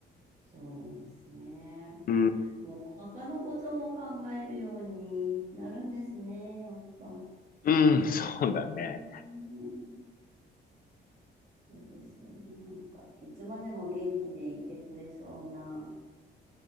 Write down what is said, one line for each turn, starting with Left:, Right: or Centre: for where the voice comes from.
Right: そうなんですね。
Left: うん。
Right: もうお墓のことも考えるようになるんですね、やっぱ。
Left: うん、そうだね。
Right: うんそうですよね。なんか、いつまでも元気でいてくれそうな